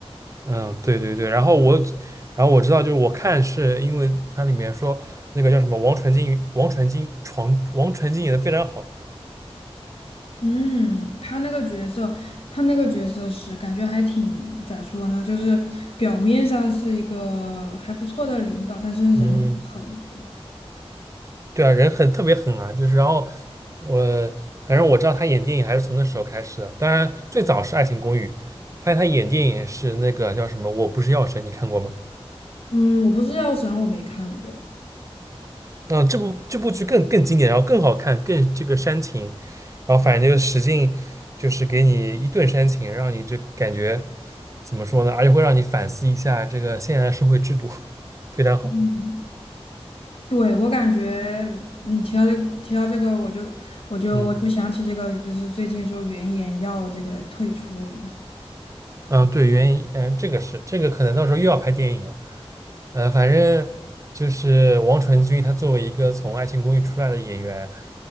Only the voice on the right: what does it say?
嗯，对对对。然后我，然后我知道，就是我看是因为它里面说那个叫什么王传君，王传君床，王传君演的非常好。
嗯。
对啊，人很特别狠啊，就是然后我反正我知道他演电影还是从那时候开始的，当然最早是《爱情公寓》，发现他演电影也是那个叫什么《我不是药神》，你看过吗？
嗯，这部这部剧更更经典，然后更好看，更这个煽情，然后反正就是使劲就是给你一顿煽情，让你这感觉怎么说呢？而且会让你反思一下这个现在的社会制度，<laughs> 非常好。
嗯
嗯，对，原因嗯，这个是这个可能到时候又要拍电影了。呃，反正就是王传君，他作为一个从《爱情公寓》出来的演员，